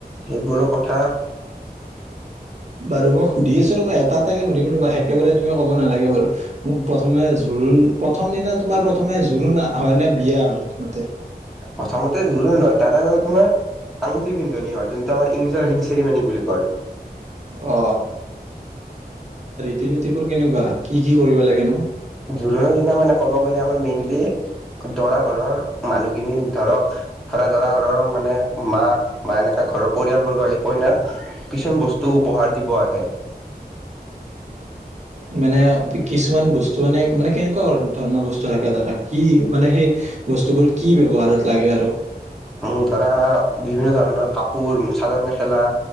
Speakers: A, in the centre; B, on the right.
A: সেইবোৰৰ কথা
B: বাৰু মই সুধি আছো ৰ'বা এটা এটাকে সুধিম ৰবা একেবাৰে তুমি ক'ব নালাগে বাৰু মোক প্ৰথমে জোৰোণ প্ৰথম দিনা তোমাৰ প্ৰথমে জোৰোণ হয় নে বিয়া হয় প্ৰথমতে
A: প্ৰথমতে জোৰোণ হয় তাৰে আগতে তোমাৰ আঙুঠি পিন্ধনি হয় যোনটো আমাৰ ইংলিছত ৰিং চেৰিমানি বুলি কয়
B: অ তিনি টিপুৰ কেনেকুৱা কি কি কৰিব লাগেনো
A: জোৰোণৰ দিনা মানে ক'ব গ'লে মেইনলি দৰা ঘৰৰ মানুহখিনি ধৰক ধৰা দৰা ঘৰৰ মানে মাক বা এনেককা ঘৰৰ পৰিয়ালবৰ্গ সেই কইনাক কিছুমান বস্তু উপহাৰ দিব আহে
B: মানে কিছুমান বস্তু মানে মানে কেনেকুৱা ধৰণৰ বস্তু থাকে ধৰা কি মানে সেই বস্তুবোৰ কি ব্যৱহাৰত লাগে আৰু
A: উম ধৰা বিভিন্ন ধৰণৰ কাপোৰ, চাদৰ মেখেলা